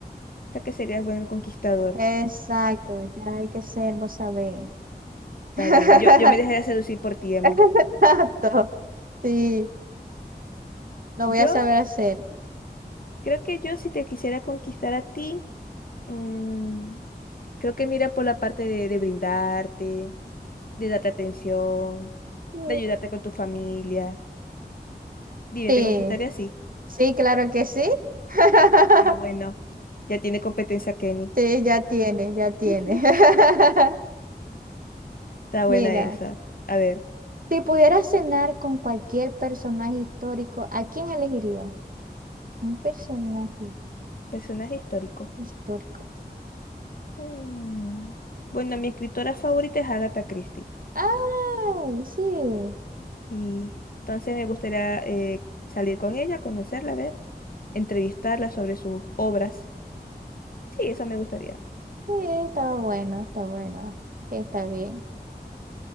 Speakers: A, on the left; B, on the right.
A: O sea que serías buen conquistador.
B: Exacto, ya hay que ser, vos sabés.
A: Está
B: <laughs>
A: bien. Yo, yo me dejaría seducir por ti, Emma.
B: Exacto. Sí, lo
A: Yo
B: voy a saber hacer.
A: creo que yo si te quisiera conquistar a ti, mm, creo que mira por la parte de, de brindarte de darte atención,
B: Sí.
A: de ayudarte con tu familia. Dime,
B: Sí.
A: ¿te conquistaré así?
B: Sí, claro que sí. <laughs>
A: Ah, bueno, ya tiene competencia Kenny.
B: Sí, ya tiene, ya tiene.
A: <laughs>
B: <laughs>
A: Está
B: Mira,
A: buena esa. A ver,
B: si pudieras cenar con cualquier personaje histórico, ¿a quién elegirías? Un personaje
A: personaje histórico.
B: histórico.
A: Mm. Bueno, mi escritora favorita es Agatha Christie.
B: Ah, sí,
A: Y entonces me gustaría eh, salir con ella, conocerla, a ver, entrevistarla sobre sus obras. Sí, eso me gustaría.
B: sí, está bueno, está bueno, Sí, está bien.